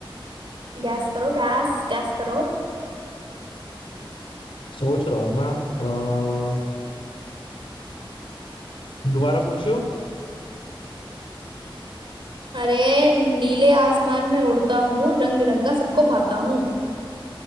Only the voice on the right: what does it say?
गैस करो गैस गैस करो
अरे नीले आसमान में उड़ता हूँ रंग बिरंगा सबको भाता हूँ